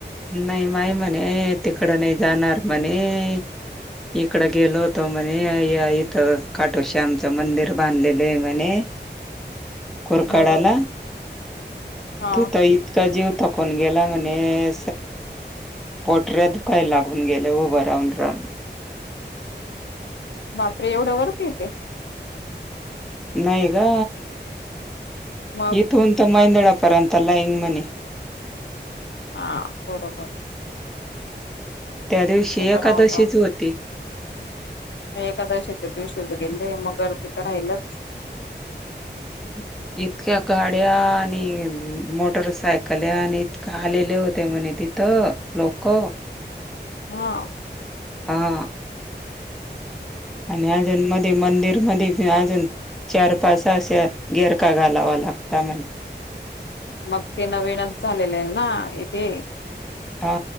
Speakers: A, in the centre; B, on the left.
A: नाही माय म्हणे तिकडं नाही जाणार म्हणे. इकड गेलो होतो म्हणे इथं काठोशी आमच्या मंदिर बांधलेलं आहे म्हणे. कोरकाडाला
B: बरोबर हा
A: ते तर इतका जीव थकुन गेला म्हणे. पोटऱ्या दुकाय लागून गेले उभं राहून राहून.
B: बापरे एवढं वरती येत.
A: नाहीय गा.
B: मग
A: इथून तर मायंदाडपरंत लाइन म्हणे.
B: हा बरोबर.
A: त्या दिवशी
B: उभं
A: एकादशीच
B: राहून
A: होती.
B: एकादशीेच्या दिवशी तर गेले मगर तिथं राहिलच.
A: <inaudible> इतक्या गाड्या आणि मोटरसायकल्या आणि इतक्या आलेल्या होत्या म्हणे ति तर लोक
B: हा.
A: हा. आणि ह्या जन्मात मंदिरामध्ये अजून चार पाच अशा गेरका घालावा लागता म्हणे.
B: मग ते नवीनच झालेले आहे ना इथे
A: हा.